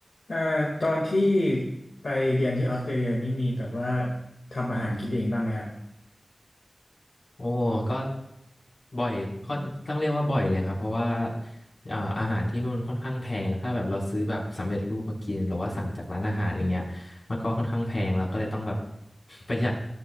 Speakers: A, on the left; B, on the left.
A: เอ่อตอนที่ไปเรียนที่ออสเตรเลียนี่มีแบบว่าทำอาหารกินเองบ้างไหมครับ
B: โอ้ก็บ่อยค่อนต้องเรียกว่าบ่อยเลยครับเพราะว่าอ่าอาหารที่นู่นค่อนข้างแพงถ้าแบบเราซื้อแบบสำเร็จรูปมากินหรือว่าสั่งจากร้านอาหารอย่างเงี้ยมันก็ค่อนข้างแพงเราก็เลยต้องแบบ <laughs> ประหยัด